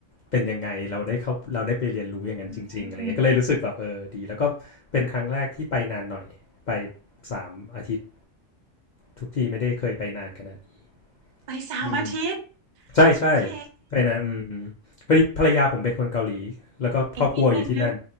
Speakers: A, on the left; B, on the right.
A: เป็นยังไงเราได้เขาเราได้ไปเรียนรู้อย่างนั้นจริงๆอะไรเงี้ยก็เลยรู้สึกแบบเออดีแล้วก็เป็นครั้งแรกที่ไปนานหน่อยไป
B: อืม
A: สามอาทิตย์ทุกทีไม่ได้เคยไปนานขนาดนี้
B: ไปเสาร์อาทิตย์
A: อืมใช่ใช่
B: โอเค
A: ไปนะอืมพอดีภรรยาผมเป็นคนเกาหลีแล้วก็ครอบครัวอยู่ที่นั่น
B: อีกนิดนึงนึก